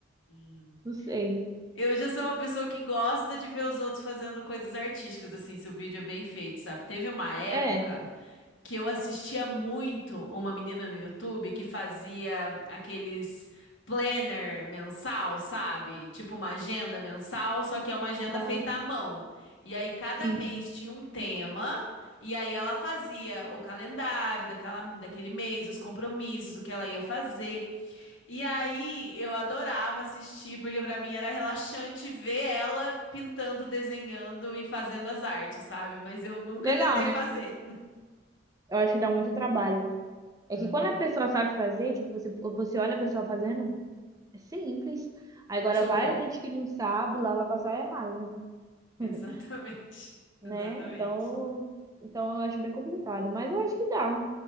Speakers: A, on the left; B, on the right.
A: Uhum.
B: não sei.
A: Eu já sou uma pessoa que gosta de ver os outros fazendo coisas artísticas, assim, se o vídeo é bem feito, sabe? Teve uma época
B: É,
A: que eu assistia muito uma menina no YouTube que fazia aqueles planner mensal, sabe? Tipo uma agenda mensal, só que é uma agenda
B: Aham.
A: feita à mão. E aí cada
B: sim.
A: mês tinha um tema. E aí ela fazia o calendário daquela, daquele mês, os compromissos, o que ela ia fazer. E aí eu adorava assistir, porque pra mim era relaxante ver ela pintando, desenhando e fazendo as artes, sabe? Mas eu nunca
B: Legal,
A: tentei
B: né?
A: fazer.
B: Eu acho que dá muito trabalho. É
A: Uhum.
B: que quando a pessoa sabe fazer, tipo, você, você olha a pessoa fazendo, é simples. Agora
A: Super,
B: vai a gente que não sabe, lá vai passar é raiva,
A: exatamente,
B: <laughs> né?
A: <laughs> exatamente.
B: Então, então eu acho bem complicado, mas eu acho que dá,